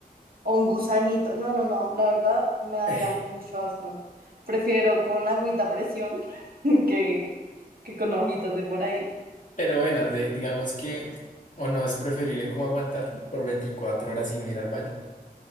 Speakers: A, on the right; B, on the left.
A: O un gusanito. No, no, no, la verdad me daría
B: <laughs>
A: mucho asco. Prefiero con agüita a presión <laughs> que, que con hojitas de por ahí.
B: Pero bueno, de- digamos que, o no es preferible como aguantar por 24 horas y no ir al baño.